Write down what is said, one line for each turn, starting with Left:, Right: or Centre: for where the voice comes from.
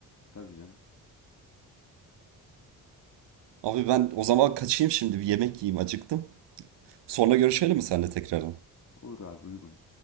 Left: tabii canım
Right: Abi ben o zaman kaçayım şimdi bir yemek yiyeyim acıktım. Sonra görüşelim mi seninle tekrardan?
Left: olur abi uygun.